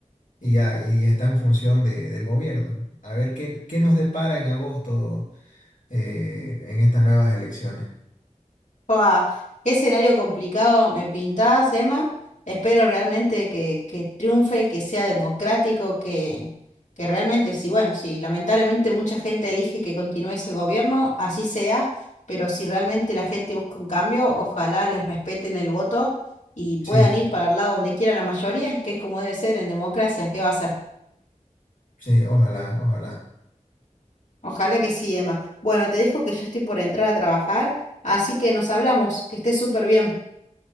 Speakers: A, on the left; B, on the left.
A: Y, ya, y está en función de- del gobierno. A ver qué, qué nos depara en agosto eh, en estas nuevas elecciones.
B: Fua, qué escenario complicado me pintás, Emma. Espero realmente que, que triunfe, que sea democrático, que, que realmente, sí, bueno, si lamentablemente mucha gente elige que continúe ese gobierno, así sea, pero si realmente la gente busca un cambio, ojalá les respeten el voto y puedan
A: Sí,
B: ir para el lado donde quiera la mayoría, que es como debe ser en democracia, ¿qué va a ser?
A: sí, ojalá, ojalá.
B: Ojalá que sí, Emma. Bueno, te dejo que ya estoy por entrar a trabajar, así que nos hablamos, que estés súper bien.